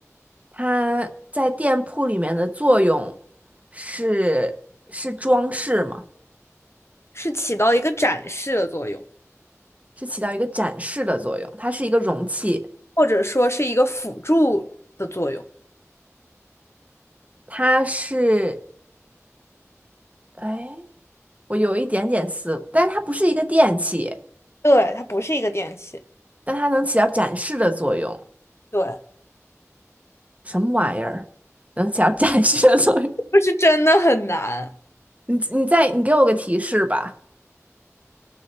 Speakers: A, on the right; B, on the left.
A: 它在店铺里面的作用是是装饰吗？
B: 是起到一个展示的作用，
A: 是起到一个展示的作用，它是一个容器。
B: 或者说是一个辅助的作用，
A: 它是，哎，我有一点点思，但是它不是一个电器，
B: 对，它不是一个电器，
A: 但它能起到展示的作用。
B: 对，
A: 什么玩意儿能起到展示的作用？
B: 不是真的很难，
A: <laughs> 你你再你给我个提示吧。